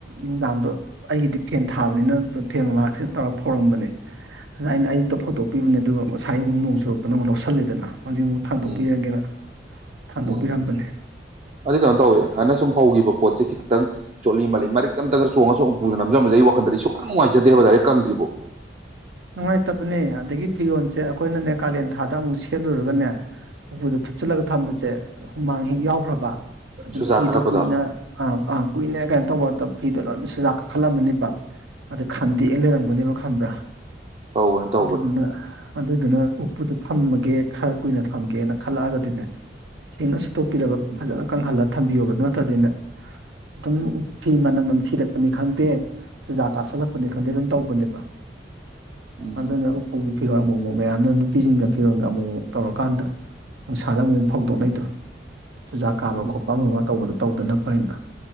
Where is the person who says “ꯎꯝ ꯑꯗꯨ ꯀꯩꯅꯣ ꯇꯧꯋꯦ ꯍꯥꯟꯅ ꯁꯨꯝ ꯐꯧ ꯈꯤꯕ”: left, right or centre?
Right